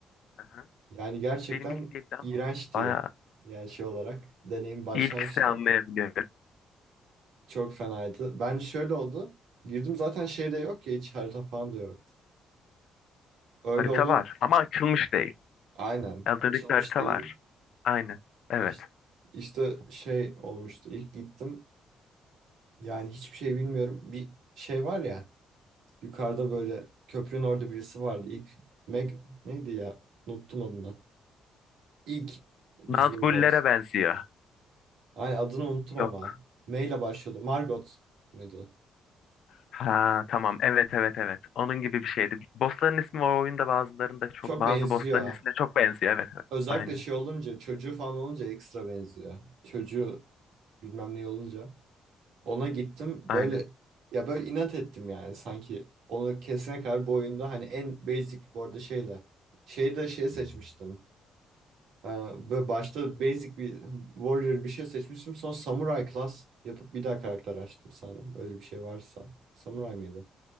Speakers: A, on the left; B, on the right.
A: aha.
B: Yani gerçekten
A: Benim ilk değildi ama
B: iğrenç
A: bayağı
B: diye. Yani şey olarak. Deneyim başlangıçta
A: ilk ise anlayabiliyorum.
B: çok fenaydı. Ben şöyle oldu. Girdim zaten şey de yok ya hiç harita falan da yok. Öyle
A: Harita
B: olun
A: var ama açılmış değil.
B: aynen
A: Elden
B: açılmış
A: Ring'de harita
B: değil.
A: var. Aynen. Evet.
B: İş- İşte, şey olmuştu. İlk gittim. Yani hiçbir şey bilmiyorum. Bir şey var ya. Yukarıda böyle köprünün orada birisi vardı. İlk Meg neydi ya? Unuttum adını. İlk
A: Nazgullere
B: düzgün boz.
A: benziyor.
B: Aynen adını unuttum ama.
A: Yok.
B: M ile başlıyordu. Margot muydu?
A: Ha tamam. Evet evet evet. Onun gibi bir şeydi. Bossların ismi o oyunda bazılarında çok
B: Çok
A: bazı
B: benziyor.
A: bossların
B: ha.
A: ismine çok benziyor. Evet evet.
B: Özellikle
A: Aynen.
B: şey olunca çocuğu falan olunca ekstra benziyor. Çocuğu bilmem ne olunca. Ona gittim
A: Aynen.
B: böyle ya böyle inat ettim yani sanki. Onu kesene kadar bu oyunda hani en basic bu arada şeyle. Şeyde şey seçmiştim. Ee, Böyle başta basic bir warrior bir şey seçmiştim. Sonra samurai class yapıp bir daha karakter açtım sanırım. Öyle bir şey varsa. Samurai mıydı?